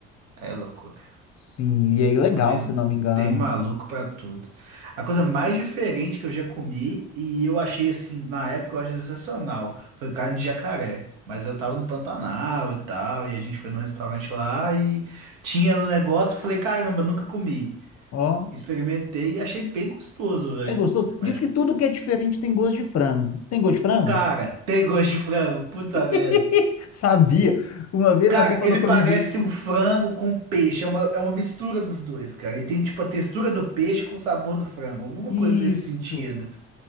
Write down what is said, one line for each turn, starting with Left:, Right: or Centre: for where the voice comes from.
Right: Aí é loucura.
Left: Sim, e é ilegal,
Right: Pô, tem,
Left: se não me engano,
Right: tem maluco
Left: assim.
Right: pra tudo. A coisa mais diferente que eu já comi e eu achei assim, na época eu achei sensacional, foi carne de jacaré. Mas eu tava no Pantanal e tal, e a gente foi num restaurante lá e tinha no negócio, eu falei, caramba, nunca comi.
Left: Ó,
Right: Experimentei e achei bem gostoso, velho.
Left: é gostoso.
Right: Mas,
Left: Diz que tudo que é diferente tem gosto de frango. Tem gosto de frango?
Right: cara, tem gosto de frango, puta
Left: <laughs>
Right: merda.
Left: Sabia. Uma vez
Right: Cara,
Left: alguém falou
Right: ele
Left: comigo,
Right: parece um frango com peixe. É uma, é uma mistura dos dois, cara. Ele tem, tipo, a textura do peixe com o sabor do frango. Alguma
Left: isso.
Right: coisa nesse sentido.